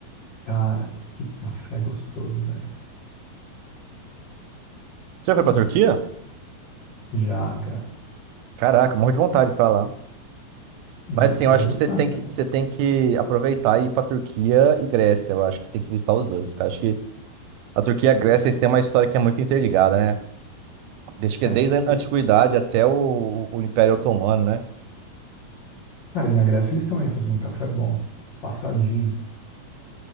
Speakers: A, on the left; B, on the right.
A: Cara, que café gostoso, velho.
B: Você já foi pra Turquia?
A: Já, cara.
B: Caraca, morro de vontade pra lá. Mas
A: Ah,
B: sim,
A: você
B: eu
A: vai
B: acho
A: gostar,
B: que você tem
A: cara.
B: que, você tem que aproveitar e ir pra Turquia e Grécia. Eu acho que tem que visitar os dois, cara. Acho que a Turquia e a Grécia, eles têm uma história que é muito interligada, né? Desde que
A: É.
B: desde a
A: E,
B: antiguidade até o, o Império Otomano, né?
A: cara, e na Grécia eles também faziam um café bom, passadinho.